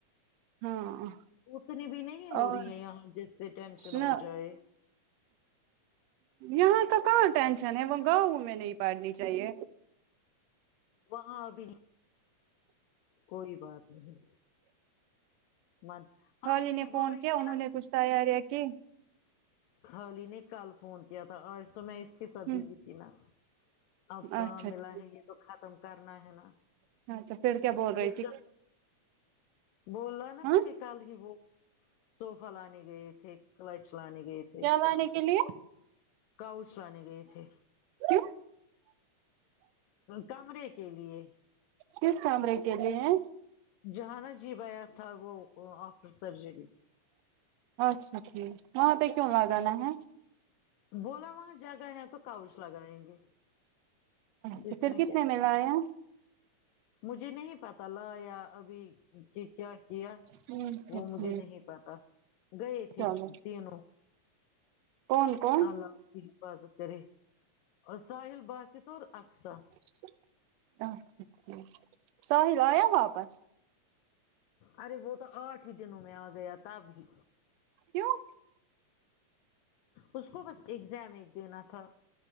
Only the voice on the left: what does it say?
اتنی بھی نہیں ہو
رہی ہے یہاں جس سے ٹینشن
ہو جائے
وہاں ابھی کوئی بات نہیں من
ہاں یہی
بول رہی
تھی
نا
گھالی نے کل فون کیا تھا آج تو میں اس کے ساتھ
بیذیتھی نہ اب کہاں
ملا ہے یہ تو ختم کرنا ہے نا
گرجا
بولا نہ
مینے کل ہی وہ سوفا لانے گئے تھے کلچ لانے گئے تھے
کاؤش لانے گئے تھے
کمرے کے لیے
جہانا جی بھا یا تھا وہ آفٹر سرجری
بولو وہا جگہ ہے تو کونس لگاے گے
اس
میں
کیا ہے؟
مجھے نہیں پتا لا یا ابھی کہ کیا کیا
وہ مجھے
نہیں پتا گئے تھے
تینوں
اللہ اپ کی حفاظت کرے اور ساحل باسط اور اقصاء
ارے وہ تو آٹھ ہی دنوں میں آ گیا تب ہی
اس کو بس ایگزام ایج دینا تھا